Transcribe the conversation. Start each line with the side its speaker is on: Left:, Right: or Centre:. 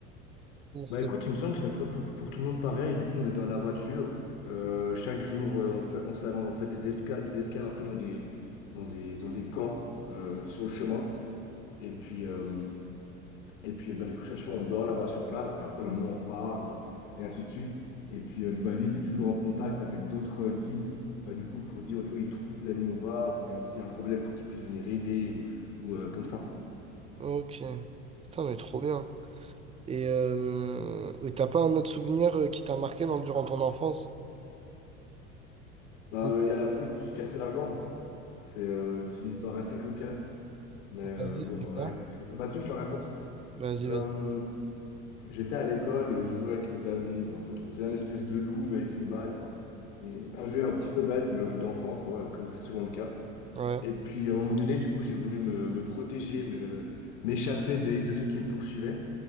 Right: ou c'est-
Left: Bah écoute, il me semble que c'est à peu près pour, pour tout le monde pareil. Du coup, on est dans la voiture. Euh, chaque jour, euh, on fait, on, s'a- on fait des escales, des escales un peu dans des, dans des, dans des camps euh, sur le chemin. Et puis, euh, Et puis, euh, bah, du coup, chaque fois, on dort là-bas sur place, et puis après, le lendemain, on repart, euh, et ainsi de suite. Et puis, euh, le guide est toujours en contact avec d'autres euh, guides, bah, du coup, pour dire, OK, oui, ils trouvent des animaux rares, ou bien s'il y a un problème pour qu'ils puissent venir aider, ou, ou, euh, comme ça.
Right: Ok. Putain, mais trop bien. Et euh, et t'as pas un autre souvenir euh, qui t'a marqué dans- durant ton enfance?
Left: Bah,
Right: Mhm.
Left: euh, il y a la fois où je me suis cassé la jambe. C'est euh, c'est une histoire assez cocasse, mais
Right: Vas-y,
Left: euh,
Right: explique-moi.
Left: bon, bah, voilà, écoute, c'est comme ça. Bah, si, tu veux, je te la raconte.
Right: Vas-y,
Left: Euh,
Right: vas-y.
Left: j'étais à l'école, je jouais avec mes amis, bah, en fait, on faisait une espèce de loup, mais avec une balle, enfin, et un jeu un petit peu bête, mais un jeu d'enfant, quoi, comme c'est souvent le cas.
Right: Ouais.
Left: Et puis à un moment donné, du coup, j'ai voulu me, me protéger, me, m'échapper de, de ceux qui me poursuivaient.